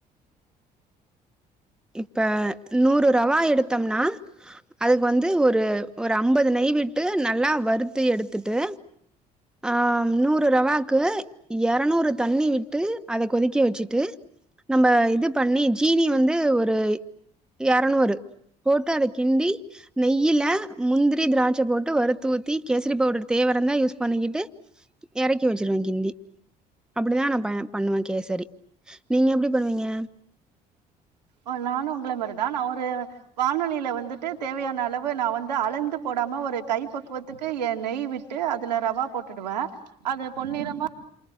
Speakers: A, in the centre; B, on the right.
A: இப்ப நூறு ரவா எடுத்தம்னா அதுக்கு வந்து ஒரு ஒரு அம்பது நெய் விட்டு நல்லா வறுத்து எடுத்துட்டு அஹ் நூறு ரவாக்கு எறநூறு தண்ணி விட்டு அதை கொதிக்க வச்சிட்டு நம்ம இது பண்ணி ஜீனி வந்து ஒரு எறநூறு போட்டு அத கிண்டி நெய்யில முந்திரி திராட்ச போட்டு வறுத்து ஊத்தி கேசரி பவுடரு தேவருந்தா யூஸ் பண்ணிக்கிட்டு எறக்கி வெச்சிருவ கிண்டி அப்படிதா நா பே பண்ணுவ கேசரி நீங்க எப்டி பண்ணுவீங்க
B: அஹ் நானு உங்கள மாரிதா நா ஒரு வானொலியில வந்துட்டு தேவையான அளவு நா வந்து அளந்து போடாம ஒரு கைப்பக்குவத்துக்கு எ நெய் விட்டு அதுல ரவா போட்டுடுவ அது பொன்னிறமா